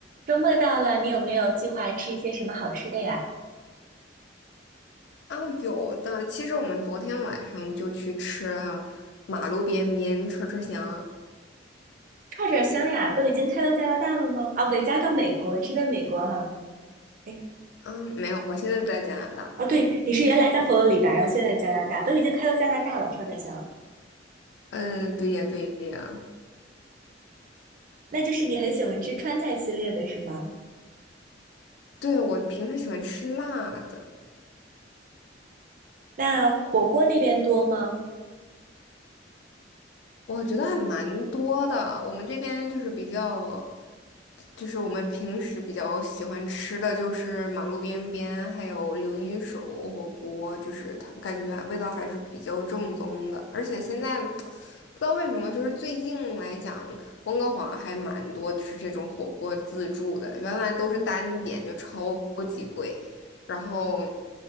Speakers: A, on the right; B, on the left.
A: 周末到了，你有没有计划吃一些什么好吃的呀？
B: 哦，有的。其实我们昨天晚上就去吃了马路边边串串香。
A: 串串香呀，都已经开到加拿大了吗？啊，不对，加到美国，你是在美国哈？哎，
B: 嗯，没有，我现在在加拿大。
A: 啊，对，你是原来在佛罗里达，然后现在加拿大，都已经开到加拿大了，串串香。
B: 嗯，对呀，对呀。
A: 那就是你很喜欢吃川菜系列的是吗？
B: 对，我平时喜欢吃辣的，
A: 那火锅那边多吗？
B: 我觉得还蛮多的。我们这边就是比较，就是我们平时比较喜欢吃的就是马路边边，还有刘一手火锅，就是它感觉味道还是比较正宗的。而且现在 <tsk> 不知道为什么，就是最近来讲，温哥华还蛮多吃这种火锅自助的，原来都是单点就超级贵，然后